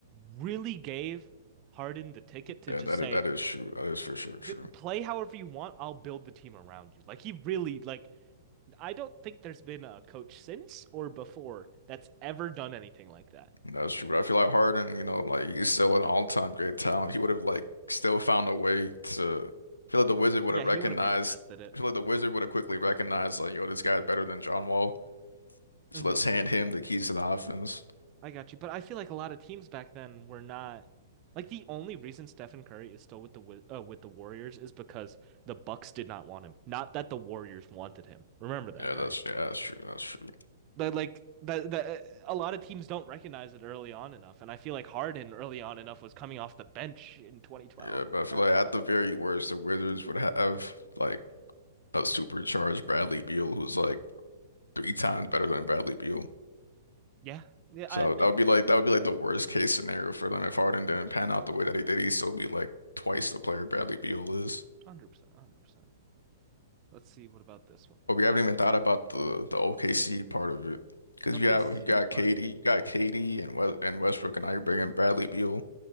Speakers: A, on the right; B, on the left.
A: really gave Harden the ticket to
B: Yeah,
A: just
B: that
A: say,
B: is that is true. That is for sure true.
A: d play however you want. I'll build the team around you. Like he really like I don't think there's been a coach since or before that's ever done anything like that.
B: That's true. But I feel like Harden, you know, like he's still an all-time great talent. He would have like still found a way to I feel like the Wizard would
A: Yeah,
B: have
A: he
B: recognized
A: would have manifested it.
B: I feel like the Wizard would have quickly recognized like, yo, this guy's better than John Wall So
A: hmm
B: let's hand him the keys to the offense.
A: I got you. But I feel like a lot of teams back then were not like the only reason Stephen Curry is still with the Wi- uh, with the Warriors is because the Bucks did not want him. Not that the Warriors wanted him. Remember that,
B: Yeah,
A: right?
B: that's yeah, that's true. That's true.
A: But like that that a lot of teams don't recognize it early on enough, and I feel like Harden early on enough was coming off the bench in 2012.
B: Yeah, but
A: You
B: I feel
A: know?
B: like at the very worst, the Wizards would have like a supercharged Bradley Beal who's like three times better than Bradley Beal.
A: Yeah, yeah.
B: So
A: I, I 100%,
B: that would be like that would be like the worst case scenario for them if Harden didn't pan out the way that he did. He'd still be like twice the player Bradley Beal is.
A: 100%. Let's see. What about this one?
B: But we
A: What
B: haven't even thought about the the OKC part of it because
A: OKC
B: you have you got
A: part
B: KD,
A: of it?
B: you got KD and West, and Westbrook, and now you're bringing Bradley Beal.